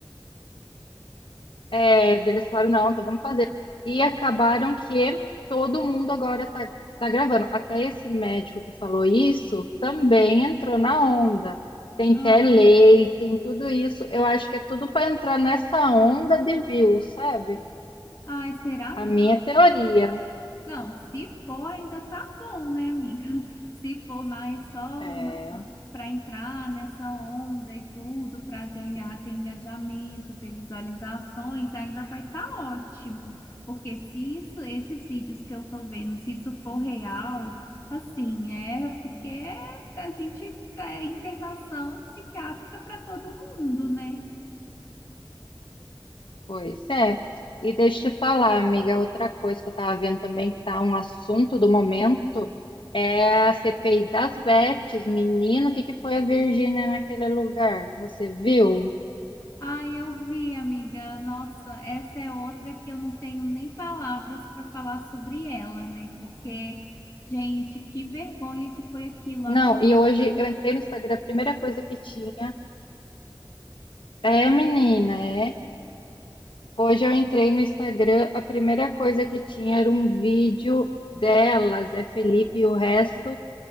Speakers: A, on the left; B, on the left.
A: É, daí eles falaram, não, então vamos fazer. E acabaram que todo mundo agora tá, tá gravando. Até esse médico que falou isso também entrou na onda. Tem
B: Ah,
A: telei, tem tudo isso. Eu acho que é tudo para entrar nessa onda de views, sabe?
B: ai, será, amiga?
A: A minha teoria.
B: Não, se for ainda tá bom, né, amiga? <laughs> Se for mais só
A: É,
B: para entrar nessa onda e tudo, para ganhar, ter engajamento, ter visualizações, ainda vai estar ótimo. Porque se isso, esses vídeos que eu estou vendo, se isso for real, assim, é porque a gente é internação psiquiátrica para todo mundo, né?
A: Pois é. E deixa eu te falar, amiga, outra coisa que eu estava vendo também, que está um assunto do momento, é a CPI das Bets. Menino, o que que foi a Virgínia naquele lugar? Você viu?
B: Ai, eu vi, amiga. Nossa, essa é outra que eu não tenho nem palavras para falar sobre ela, né? Porque, gente, que vergonha que foi aquilo, amiga.
A: Não, e hoje eu entrei no Instagram, a primeira coisa que tinha. É, menina, é. Hoje eu entrei no Instagram, a primeira coisa que tinha era um vídeo delas, é Felipe e o resto,